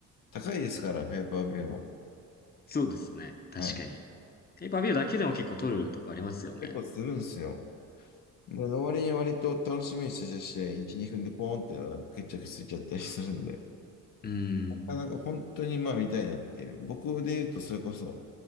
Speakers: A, on the left (about 60°); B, on the left (about 25°).
A: 高いですから、ペーパービューも。
B: そうですね。確かに。
A: はい。
B: ペーパービューだけでも結構取るとこありますよね。
A: 結構するんですよ。で、わ割に割と楽しみにしてた試合、1、2分でポーンってなんか決着ついちゃったりするんで、
B: うーん。
A: なんか本当にまあ見たいなっていう。僕で言うと、それこそ、